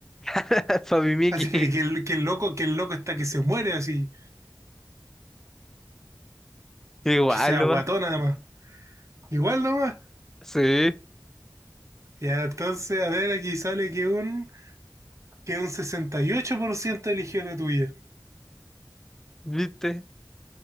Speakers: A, in the centre; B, on the right.
A: <laughs> para mi Mickey,
B: Así que, que el, que el loco, que el loco está que se muere, así,
A: <laughs> igual
B: que sea
A: nomás,
B: guatón además. Igual nomás.
A: sí,
B: Ya, entonces, a ver, aquí sale que un, que un 68% eligió la tuya.
A: viste.